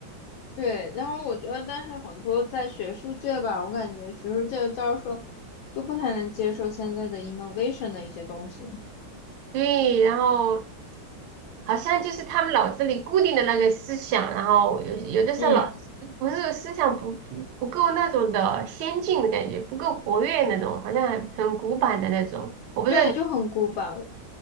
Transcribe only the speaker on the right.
对，然后好像就是他们脑子里固定的那个思想，然后有有的时候老子不是思想不不不够那种的先进的感觉，
不够活跃那种，好像很很古板的那种。我不知道你